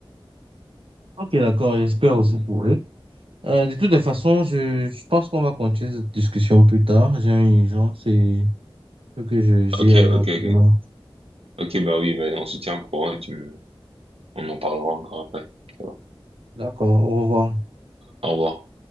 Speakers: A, on the right; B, on the right.
A: Ok, d'accord, j'espère aussi pour eux. Euh, de toutes les façons, je, je pense qu'on va continuer cette discussion plus tard. J'ai une urgence et il faut que je j'y
B: Ok,
A: aille rapidement.
B: ok, ok. Ok, bah oui, bah, on se tient au courant et tu me... on en parlera encore après. Ça va.
A: D'accord, au revoir.
B: Au revoir.